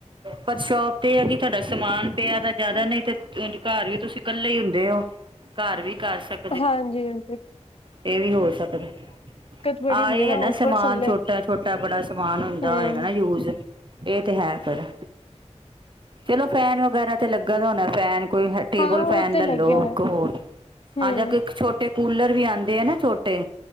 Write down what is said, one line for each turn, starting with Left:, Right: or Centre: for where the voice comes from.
Right: ਪਰ ਸ਼ੋਪ ਤੇ, ਏ ਭੀ ਤੁਹਾਡਾ ਸਮਾਨ ਪਿਆ ਤਾਂ ਜ਼ਿਆਦਾ ਨਹੀਂ, ਤੇ ਘਰ ਵੀ ਤੁਸੀਂ। ਕੱਲੇ ਹੀ ਹੁੰਦੇ ਹੋ, ਘਰ ਵੀ ਕਰ ਸਕ।
Left: ਹਾਂਜੀ, ਅੰਕਲ।
Right: ਇਹ ਵੀ ਹੋ ਸਕਦੈ,
Left: ਬੜੀ
Right: ਆ
Left: ਹੁੰਦੀ
Right: ਇਹ ਐ ਨਾ
Left: ਉੱਪਰ
Right: ਸਮਾਨ
Left: ਥੱਲੇ
Right: ਛੋਟਾ, ਛੋਟਾ ਬੜਾ। ਸਮਾਨ ਹੁੰਦਾ
Left: ਹੂੰ।
Right: ਹੋਏਗਾ ਨਾ ਯੂਜ। ਇਹ ਤੇ ਹੈ ਫਿਰ, ਚਲੋ ਫੈਨ ਵਗੈਰਾ ਤੇ ਲੱਗਾ ਦਾ ਹੋਣਾ, ਫੈਨ ਕੋਈ ਹੈ। ਟੇਬਲ
Left: ਹਾਂ ਉਹ
Right: ਫੈਨ
Left: ਤੇ
Right: ਲੈ
Left: ਲੱਗਿਆ
Right: ਲਉ, ਇੱਕ ਹੋਰ।
Left: ਹੂੰ,
Right: ਆਜਾ ਕੇ ਛੋਟੇ ਕੂਲਰ ਵੀ ਆਉਂਦੇ ਆ ਨਾ ਛੋਟੇ,